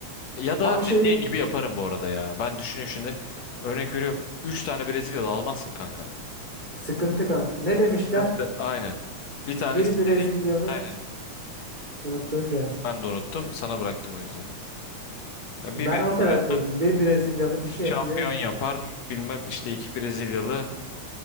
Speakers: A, on the left; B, on the right.
A: Ya da
B: Ama bir
A: dediğin
B: şey diyeyim mi?
A: gibi yaparım bu arada ya. Ben düşünüyorum şimdi. Örnek veriyorum. 3 tane Brezilyalı almazsın kanka.
B: Sıkıntı kanka. Ne demişler?
A: Sıkıntı. Aynen. Bir tanesi
B: Bir
A: seni.
B: Brezilyalı
A: Aynen.
B: unuttum şu an.
A: Ben de unuttum. Sana bıraktım o yüzden. Ya
B: Ben
A: bir Brezilyalı
B: o kadar biliyordum. Bir Brezilyalı bir şey
A: şampiyon
B: yapıyor. iki...
A: yapar. Bilmem işte iki Brezilyalı